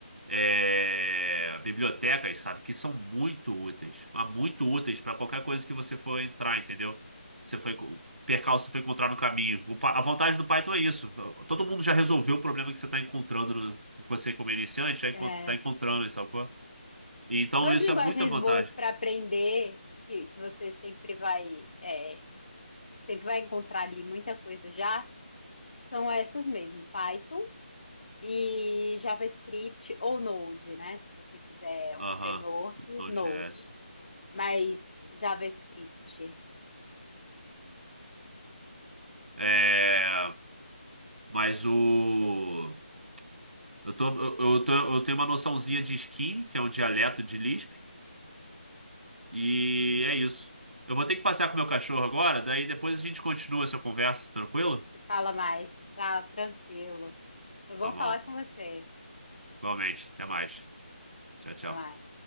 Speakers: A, on the right; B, on the left.
A: é, bibliotecas, sabe? Que são muito úteis. Mas muito úteis para qualquer coisa que você for entrar, entendeu? Você foi, percalço que foi encontrar no caminho. O pa- a vantagem do Python é isso. Todo mundo já resolveu o problema que você está encontrando, no- que você, como iniciante, já está
B: é
A: encontrando, sabe? qual? Então,
B: duas
A: isso
B: linguagens
A: é muita vantagem.
B: boas para aprender, que, que você sempre vai, é, sempre vai encontrar ali muita coisa já, são essas mesmo, Python e JavaScript ou Node, né? Se você quiser
A: Aham,
B: um framework,
A: Node.js.
B: Node. Mas JavaScript,
A: É, mas o. Eu tô, eu, eu tô, eu tenho uma noçãozinha de Scheme, que é um dialeto de Lisp, e
B: hum,
A: é isso. Eu vou ter que passear com meu cachorro agora, daí depois a gente continua essa conversa, tranquilo?
B: se fala mais, tá tranquilo. Foi
A: Tá
B: bom
A: bom,
B: falar com você.
A: igualmente. Até mais. Tchau, tchau.
B: Até mais.